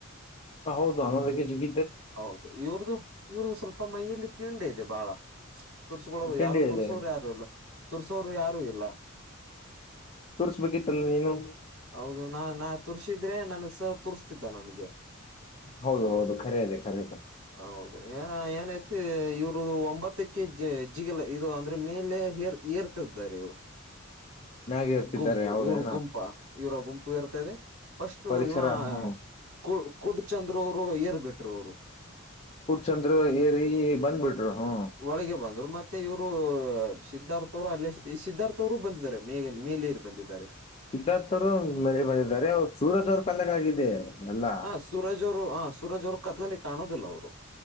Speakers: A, on the left; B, on the right.
A: ಹ ಹೌದು ಅನ್ನೋದಕ್ಕೆ ಜಿಗ.
B: ಹೌದು ಇವ್ರ್ದು ಇವ್ರ್ದು ಸ್ವಲ್ಪ ಮೈಯಲ್ಲಿ ತಿಂಡಿ ಇದೆ ಬಾಳ. ತುರ್ಸಕರು
A: ತಿಂಡಿ
B: ಯಾರು ತುರ್ಸೋರು
A: ಇದೆ
B: ಯಾರು ಇಲ್ಲ ತುರ್ಸೋರು ಯಾರು ಇಲ್ಲ.
A: ತೋರ್ಸ್್ಬೇಕಿತ್ತಲ್ಲ ನೀನು.
B: ಹೌದು ನಾ ನಾ ತುರ್ಸಿದ್ರೆ ನನ್ಸ ತುರಿಸ್ತಿದ್ದ ನನ್ಗೆ.
A: ಹೌದು ಹೌದು ಕರೆಯಾದ ಕರೆ ಯಾದೆ.
B: ಹೌದು ಏನಐತಿ ಇವರು ಒಂಬತ್ತಕ್ಕೆ ಜ ಜಿಗಲ ಇದು ಅಂದ್ರೆ ಮೇಲೆ. ಏರ್ತಾರೆ
A: ಮ್ಯಾಗೆ ಇರ್ತಿದ್ದಾರೆ
B: ಗುಂಪು
A: ಹೌದೇನೋ
B: ಇವ್ರ ಗುಂಪಾ. ಇವರ ಗುಂಪು ಇರ್ತದೆ ಪಸ್ಟು
A: ಪರಿಸರ
B: ಇಂವ.
A: ಹ್ಮ
B: ಕು ಕುಡ್ ಚಂದ್ರು ಅವ್ರು ಏರ್ ಬಿಟ್ರು ಅವ್ರು.
A: ಕುಡ್ ಚಂದ್ರು ಏರಿ ಬಂದ್ಬಿಟ್ರು ಹು.
B: ಒಳಗೆ ಬಂದ್ರು ಮತ್ತೆ ಇವ್ರು ಸಿದ್ಧಾರ್ಥ ಅವ್ರು ಅಲ್ಲೇ ಸಿ ಈ ಸಿದ್ಧಾರ್ಥ ಅವ್ರು ಬಂದಿದ್ದಾರೆ ಮೇ ಮೇಲೇರ್ ಬಂದಿದ. ತಾರಿಸ್.
A: ಸಿದ್ಧಾರ್ಥರು ಮೇ ಬಂದಿದ್ದಾರೆ ಅವ್ರ ಸೂರಜ್ ಅವ್ರು ಕಾಲಾಗಾಗಿದೆ ಎಲ್ಲಾ.
B: ಹ ಸೂರಜ್ ಅವ್ರ. ಹ ಸೂರಜ್ ಅವ್ರು ಕತ್ಲಲ್ಲಿ ಕಾಣೋದಿಲ್ಲ ಅವ್ರು.